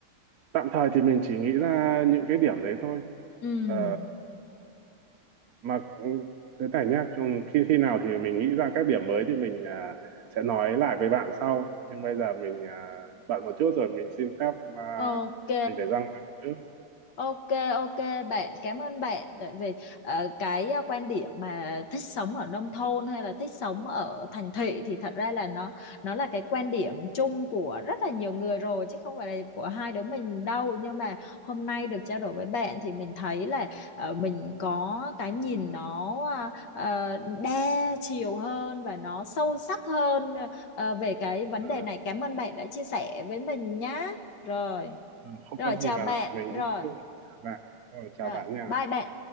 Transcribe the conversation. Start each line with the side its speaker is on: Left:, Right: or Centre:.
Right: tạm thời thì mình chỉ nghĩ ra những cái điểm đấy thôi
Left: Ừm,
Right: Ờ, mà ừ, thế này nhá không- khi khi nào thì mình nghĩ ra các điểm mới thì mình à, sẽ nói lại với bạn sau nhưng bây giờ mình à, bận một chút rồi mình xin phép à,
Left: ok
Right: mình phải ra ngoài một chút
Left: Ok ok bạn cảm ơn bạn tại vì ờ, cái ờ, quan điểm mà thích sống ở nông thôn hay là thích sống ở thành thị thì thật ra là nó nó là cái quan điểm chung của rất là nhiều người rồi chứ không phải là của hai đứa mình đâu nhưng mà hôm nay được trao đổi với bạn thì mình thấy là ờ, mình có cái nhìn nó ờ, ờ, đa chiều hơn và nó sâu sắc hơn ờ, về cái vấn đề
Right: à,
Left: này cảm ơn bạn đã chia sẻ với mình nhá rồi
Right: ừ, không
Left: rồi
Right: có gì
Left: chào bạn
Right: bạn ạ mình
Left: rồi
Right: cũng chào bạn Rồi, chào
Left: rồi,
Right: bạn nha
Left: bye bạn.